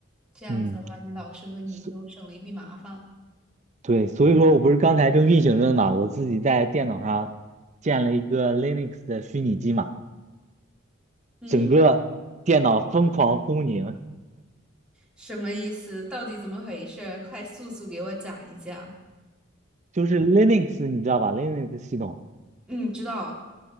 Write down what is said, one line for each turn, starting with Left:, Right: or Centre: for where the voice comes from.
Centre: 这样子的话，
Right: 嗯，
Centre: 你老师和你都省了一笔麻烦。
Right: 所对，所以说我不是刚才正运行着呢嘛，我自己在电脑上建了一个 Linux 的虚拟机嘛，
Centre: 嗯，
Right: 整个电脑疯狂轰鸣，
Centre: 什么意思？到底怎么回事？快速速给我讲一下。
Right: 就是 Linux 你知道吧？Linux 系统。
Centre: 嗯，知道，